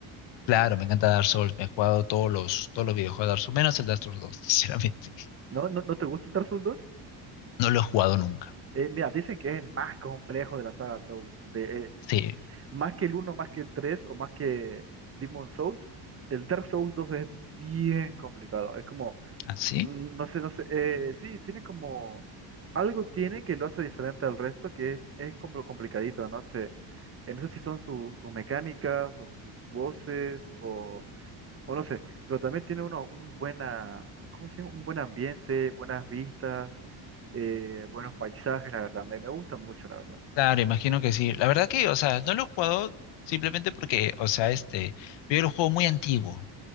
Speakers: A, on the left; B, on the right.
A: claro, me encanta Dark Souls, me he jugado todos los, todos los videojuegos de Dark Souls, menos el Dark Souls dos <laughs> sinceramente.
B: ¿No, no, no te gusta el Dark Souls 2?
A: No lo he jugado nunca.
B: Eh, mira, dicen que es el más complejo de la saga Souls. De, eh,
A: Sí,
B: Más que el uno más que el tres o más que Demon Souls, el Dark Souls 2 es bien complicado. Es como,
A: así.
B: mm, no sé, no sé, eh, sí, tiene como, algo tiene que lo hace diferente al resto, que es, es como complicadito, no sé. Eh, no sé si son su- sus mecánicas o sus voces o, o no sé, pero también tiene uno un buena, ¿cómo se llama? Un buen ambiente, buenas vistas, eh, buenos paisajes, la verdad. Me, me gusta mucho, la verdad.
A: Claro, imagino que sí. La verdad que, o sea, no lo he jugado simplemente porque, o sea, este, veo el juego muy antiguo